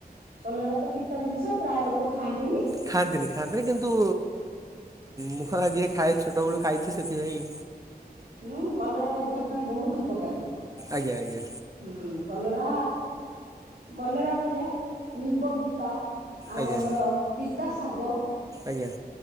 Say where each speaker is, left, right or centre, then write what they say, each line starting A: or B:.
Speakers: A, on the right (about 80°); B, on the right (about 20°).
A: କଲରା ତ ପିତା ଜିନିଷ ପ୍ରାୟ ଲୋକ ଖାଆନ୍ତିନି
B: ଖାଆନ୍ତିନି ଖାଆନ୍ତିନି କିନ୍ତୁ ମୁଁ ଆଜ୍ଞା ଖାଏ ଛୋଟବେେଳୁ ଖାଇଛି ସେଥିପାଇଁ
A: ହୁଁ କଲରା ଟା ଦେହ ପାଇଁ ବହୁତ ଉପକାରି
B: ଆଜ୍ଞା ଆଜ୍ଞା
A: ହୁଁ କଲରା କଲରା ଭଳିଆ ଲିମ୍ବ ପିତା ଆଉ
B: ଆଜ୍ଞା
A: ଆମର ପିତା ଶାଗ
B: ଆଜ୍ଞା